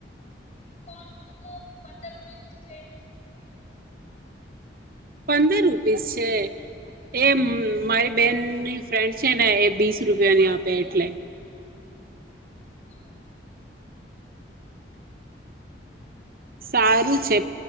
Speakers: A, on the left; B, on the right.
A: કોન નુ તો પંદર રૂપીસ છે.
B: પંદર રૂપીસ છે, એ મારી બેનની ફ્રેન્ડ છે ને એ બીસ રૂપિયાની આપે એટલે.
A: અચ્છા હ.
B: સારું છે